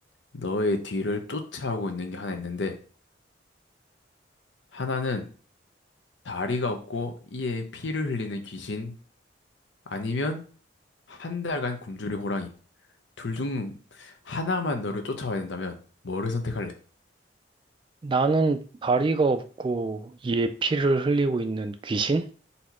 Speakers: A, on the left; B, on the right.
A: 너의 뒤를 쫓아오고 있는 게 하나 있는데, 하나는 다리가 없고 이에 피를 흘리는 귀신, 아니면 한 달간 굶주린 호랑이. 둘 중 하나만 너를 쫓아와야 된다면 뭐를 선택할래?
B: 나는 다리가 없고 이에 피를 흘리고 있는 귀신?